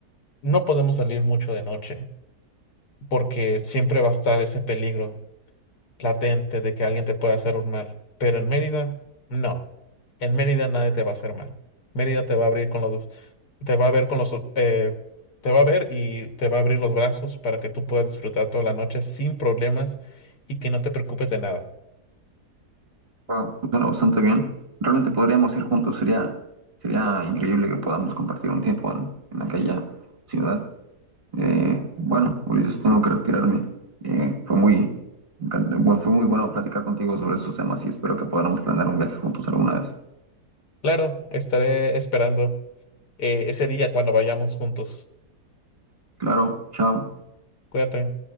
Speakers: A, on the left; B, on the right.
A: no podemos salir mucho de noche porque siempre va a estar ese peligro latente de que alguien te pueda hacer un mal. Pero en Mérida, no. En Mérida nadie te va a hacer mal. Mérida te va a abrir con los, te va a ver con los, eh, te va a ver y te va a abrir los brazos para que tú puedas disfrutar toda la noche sin problemas y que no te preocupes de nada.
B: Wow, suena bastante bien. Realmente podríamos ir juntos, sería, sería increíble que podamos compartir un tiempo en en aquella ciudad. Eh, bueno, Ulises, tengo que retirarme. Eh, fue muy, encan- bueno, fue muy bueno platicar contigo sobre estos temas y espero que podamos planear un viaje juntos alguna vez.
A: Claro, estaré esperando eh, ese día cuando vayamos juntos.
B: Claro, chao.
A: Cuídate.